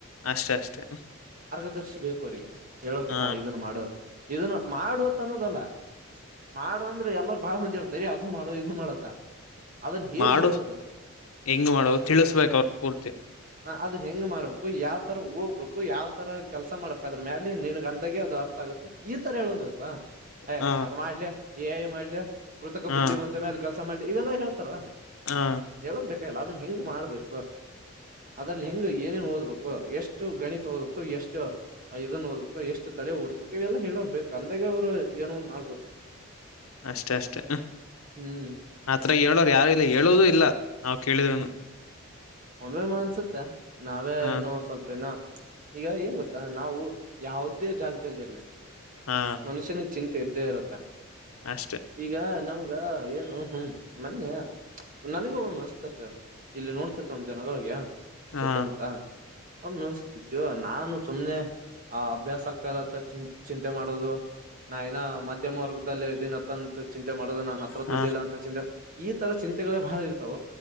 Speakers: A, on the left; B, on the right.
A: ಅಷ್ಟೇ ಅಷ್ಟೇ
B: ಆದರ್ಶಿ ಬೇಕು ಅವ್ರಿಗೆ ಹೇಳೋಕೆ
A: ಹ
B: ಹಾ ಇದನ್ ಮಾಡೋ ಇದನ್ನ ಮಾಡು ಅಂತ್ ಅನ್ನೋದಲ್ಲ ಮಾಡೋ ಅಂದ್ರೆ ಎಲ್ಲರು ಬಾಳ್ ಮುಂದ ಇರ್ತಾರಿ ಅದ್ ಮಾಡೋ ಇದನ್ ಮಾಡತ್ತ ಅದನ್ ಹೇಗ್
A: ಮಾಡು
B: ಮಾಡೋದು
A: ಹೆಂಗ್ ಮಾಡೋ ತಿಳಿಸಬೇಕ ಅವ್ರ ಪೂರ್ತಿ
B: ಹ ಅದ ಹೆಂಗ್ ಮಾಡ್ಬೇಕು ಯಾವ್ ತರ ಹೋಗ್ಬೇಕು ಯಾವ್ ತರ ಕೆಲ್ಸ ಮಾಡ್ಬೇಕ್ ಅದ್ರ ಮ್ಯಾಲೆ ನಿನ್ಗ್ ಅಂದಾಗೆ ಅದು ಅರ್ಥ ಆಗುತ್ತೆ ಈ ತರ ಹೇಳೋದು ಪ ಹಯ್
A: ಹ
B: ಅದ್ ಮಾಡ್ಲೆ ಎ ಐ ಮಾಡ್ಲೆ ಕೃತಕ
A: ಹ
B: ಬುದ್ಧಿ ಬಂತ ಮ ಮೇಲೆ ಕೆಲಸ ಮಾಡಲಿ ಇವೆಲ್ಲ ಹೇಳ್ತಾರ
A: ಹಾ
B: ಹೇಳೋದ್ ಬೇಕಗಿಲ್ಲ ಅದನ್ ಹೆಂಗ್ ಮಾಡ್ಬೇಕು ಅದ್ರಲ್ಲಿ ಹೆಂಗು ಏನೇನ್ ಓದ್ಬೇಕು ಎಷ್ಟು ಗಣಿತ್ ಓದ್ಬೇಕು ಎಷ್ಟು ಇದನ್ ಓದ್ಬೇಕು ಎಷ್ಟು ತಲೆ ಓಡ್ಸ್ಬೇಕು ಇವೆಲ್ಲ ಹೇಳೋರ್ ಬೇಕು ಅಂದಾಗ ಅವ್ರು ಏನೋ ಒಂದ್ ಮಾಡ್ಬೊದು
A: ಅಷ್ಟೇ ಅಷ್ಟೇ
B: ಹ್ಮ್
A: ಆತ್ರರ ಹೇಳೋರು ಯಾರು ಇಲ್ಲ ಹೇಳಿದರು ಇಲ್ಲ ನಾವು ಕೇಳಿದ್ನು
B: ಹ್ಮ್ ಒಮ್ಮೆಮ್ಮ ಅನ್ಸುತ್ತೆ ನಾವೇ
A: ಹ
B: ಏನು ಸ್ವಲ್ಪ ಇನ್ನೂ ಈಗ ಏಂಗ ಗೊತ್ತಾ ನಾವು ಯಾವದೇ ಜಾಗದಲ್ಲಿ ಇರ್ಲಿ
A: ಹಾ
B: ಮನುಷ್ಯನಿಗೆ ಚಿಂತೆ ಇದ್ದೇ ಇರುತ್ತೆ.
A: ಅಷ್ಟೇ
B: ಈಗ ನಮ್ಗ ಏನು ಹ್ಮ ಮೊನ್ನೆ ನನಗ ಒಂದು ಅನಿಸುತೆ. ಇಲ್ಲಿ ನೋಡ್ತಿತ ನಮ ಜನಗಳಿಗೆ ಸುತ್ತಮುತ್ತ.
A: ಹಾ
B: ಅನ್ಸ್ತಿದ್ದು ನಾನು ಸುಮ್ನೆ ಆ ಅಭ್ಯಾಸ ಆಗ್ತರ ಚಿಂತೆ ಮಾಡ್. ನಾನ್ ಏನು ಮಧ್ಯಮ ವರ್ಗದದಲ್ಲಿ ಇದೀನಿ ಚಿಂತೆ ಮಾಡೋದು ನನ್ ಹತ್ರ
A: ಹ
B: ದುಡ್ಡಿಲ್ಲ ಅಂತ ಚಿಂತೆ ಈ ತರ ಚಿಂತೆಗಳೇ ಬಾಳ ಇರ್ತಾವ.